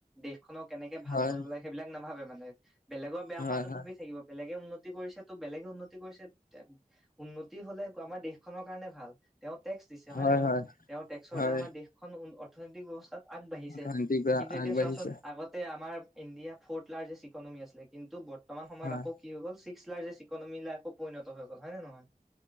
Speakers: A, in the centre; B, on the left.
A: দেশ খনক কেনেকে ভাল
B: হয়
A: কৰিব লাগে সেইবিলাক নাভাবে মানে, বেলেগৰ বেয়া
B: হয়
A: হোৱাতো
B: হয়
A: ভাবি থাকিব। বেলেগ বেলেগে উন্নতি কৰিছে, ত' বেলেগে উন্নতি কৰিছে, উন্নতি হ'লে আমাৰ দেশখনৰ কাৰণে ভাল। তেওঁ টেক্স দিছে হয়নে
B: হয়
A: নহয়?
B: হয়
A: তেওঁ টেক্সৰ
B: হয়
A: দ্বাৰা আমাৰ দেশখন অৰ্থনৈতিক ব্যৱস্থা তাত আগবাঢ়িছে
B: অৰ্থনৈতিক বা
A: কিন্তু এতিয়া
B: আগবাঢ়িছে
A: চোৱাচোন আগতে আমাৰ ইণ্ডিয়া ফৰ্থ লাৰ্জেষ্ট ইকনমি আছিলে, কিন্তু বৰ্তমান সময়ত
B: হয়
A: আকৌ কি হৈ গ'ল চিক্স লাৰ্জষ্ট ইকনমিলে আকৌ পৰিণত হৈ গ'ল হয় নে নহয়?